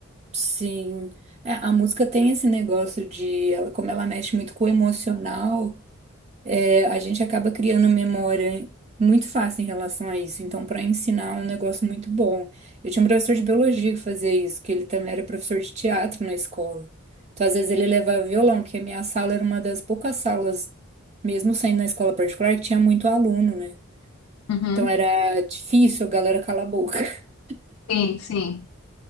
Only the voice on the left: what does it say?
Uhum.
Sim, sim.